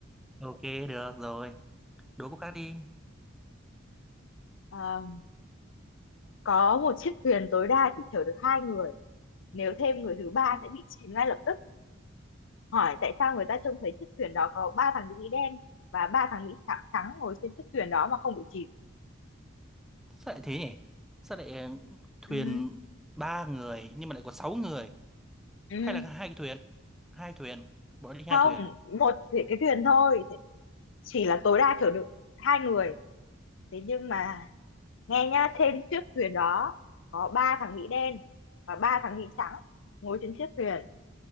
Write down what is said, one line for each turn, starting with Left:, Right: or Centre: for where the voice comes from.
Centre: ok được rồi đố cô khác đi
Left: Ờ, có một chiếc thuyền tối đa chỉ chở được hai người. Nếu thêm người thứ ba
Centre: Ừ,
Left: sẽ bị chìm ngay lập tức. hỏi tại sao người ta trông thấy chiếc thuyền đó có ba thằng nữ Mỹ đen và ba thằng Mỹ trắng, trắng ngồi trên chiếc thuyền đó mà không bị chìm
Centre: sao lại thế nhỉ sao lại ờ, thuyền
Left: ừ
Centre: ba người nhưng mà lại có sáu người
Left: ừ
Centre: hay là hai cái thuyền hai thuyền bọn nó đi hai
Left: không
Centre: thuyền
Left: một cái cái thuyền thôi chỉ là tối đa chở được hai người thế nhưng mà nghe nhá trên chiếc thuyền đó có ba thằng Mỹ đen và ba thằng Mỹ trắng ngồi trên chiếc thuyền